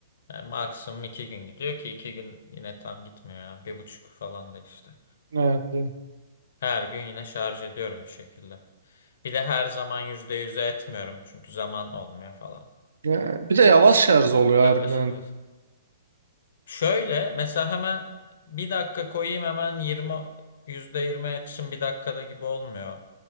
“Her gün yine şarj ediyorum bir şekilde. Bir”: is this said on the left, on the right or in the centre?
Left